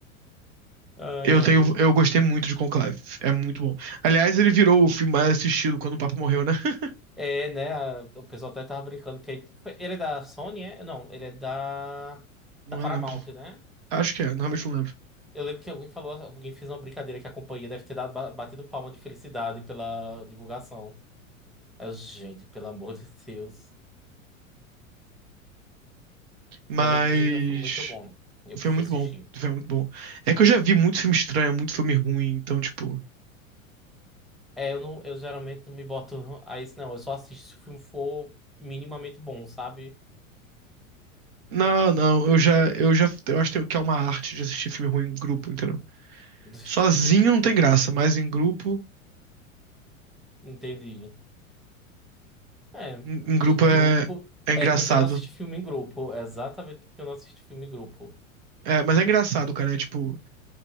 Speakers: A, in the centre; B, on the right.
A: Ai,
B: Eu
A: ai.
B: tenho, eu gostei muito de Conclave. É muito bom. Aliás, ele virou o filme mais assistido quando o Papa morreu, né? <laughs>
A: É, né? a- o pessoal até tava brincando que ele ele é da Sony, é? Não, ele é da,
B: Não
A: da Paramount,
B: lembro.
A: né?
B: Acho que é, normalmente não lembro.
A: Eu lembro que alguém falou, alguém fez uma brincadeira que a companhia deve ter dado, ba- batido palma de felicidade pela divulgação. Aí eu, gente, pelo amor de Deus.
B: Mas
A: Mas eles dizem que é um filme muito bom. e Eu
B: o filme
A: preciso
B: é muito
A: assistir.
B: bom. O filme é muito bom. É que eu já vi muito filme estranho, muito filme ruim, então tipo,
A: É, eu não, eu geralmente não me boto a isso, não. Eu só assisto se o filme for minimamente bom, sabe?
B: não, não, eu já, eu já, eu acho que é uma arte de assistir filme ruim em grupo, entendeu?
A: <laughs>
B: Sozinho não tem graça, mas em grupo,
A: Entendi. É,
B: em, em grupo
A: em
B: é,
A: grupo.
B: é engraçado.
A: É, por isso que eu não assisto filme em grupo. É exatamente porque eu não assisto filme em grupo.
B: É, mas é engraçado, cara. É tipo,